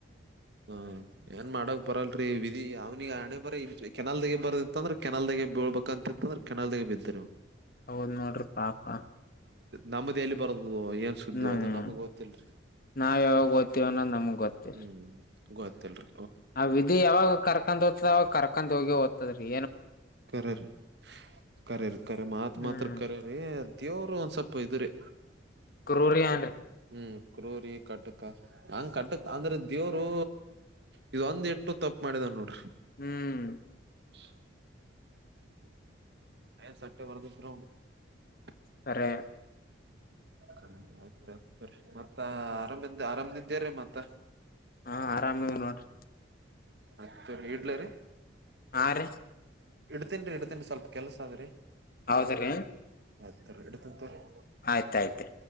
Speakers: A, on the right; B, on the left.
A: ಹಾ ಏನ್ ಮಾಡಕ್ ಬರಲ್ರರಿ ವಿಧಿ ಅವ್ನಿಗೆ ಹಣೆ ಬರ ಕೆನಲ್ದಾಗೆ ಬರದಿತ್ತ ಅಂದ್ರೆ ಕೆನಲ್ದಾಗ. ಬೀಳ್ಬೇಕಂತತ್ತಂದ್ರೆ ಕೆನಲ್ದಾಗ ಬಿದ್ದರು.
B: ಹೌದ್ ನೋಡ್ರಿ ಪಾಪ.
A: ನಮ್ಮ್ದ ಎಲ್ಲಿ ಬರದು ಏನ್ ಸುದ್ದಿ
B: ಹ್ಮ್
A: ಅದು ನಮ್ಗ್ ಗೊತ್ತಲ್ರಿ.
B: ನಾವ್ ಯಾವಾಗ ಓದ್ತಿವ ಅನ್ನೋದ್ ನಮಗ್ ಗೊತ್ತಿಲ್ಲ
A: ಹ್ಮ್ ಗೋತ್ತಲ್ರಿ.
B: ಆ ವಿಧಿ ಯಾವಾಗ ಕರ್ಕೊಂಡ್ ಹೋಗ್ತದೋ ಅವಾಗ ಕರ್ಕೊಂಡ್ ಹೋಗೆ ಹೋಗ್ತದ್ತದ್ರೀ.
A: ಕಖರರಿ ಕಖರಿರಿ ಕಖರೆ ಮಾತ್
B: ಹ್ಮ್
A: ಮಾತ್ರ ಕರೆರಿ. ದೇವರು ಒಂದ್ ಸ್ವಲ್ಪ ಇದು ರಿ.
B: ಕ್ರೂರಿ <unintelligible>
A: ಹ್ಮ್ ಕ್ರೂರಿ ಕಟಕ ನಂಗ ಕಟಕ್ ಅಂದ್ರೆ ದೇವ್ರು ಇದ ಒಂದ್ ಇಟ್ಟು ತಪ್ಪು. <unintelligible> ನೋಡ್ರರಿ
B: ಹ್ಮ್
A: <inaudible> <unintelligible>
B: ಕರೆ.
A: <unintelligible> ಮತ್ತ ಆರಾಮಿಂದ ಆರಾಮದಿದ್ದಾರೀ ಮತ್ತ.
B: ಹಾ ಆರಾಮಿವ್ ನೋಡ್ರಿ
A: ಮತ್ತೆ ಇಡ್ಲರಿ.
B: ಆರೆ
A: ಇಡ್ತನ್ ಇಡ್ತೀನಿ ಸ್ವಲ್ಪ ಕೆಲ್ಸ ಆದ್ರಿ
B: ಹೌದ್ರಿ
A: ಆಯ್ತು ಇಡ್ತಿನ್ ತಗೊಳ್ಳಿ.
B: ಆಯ್ತಾಯ್ತು.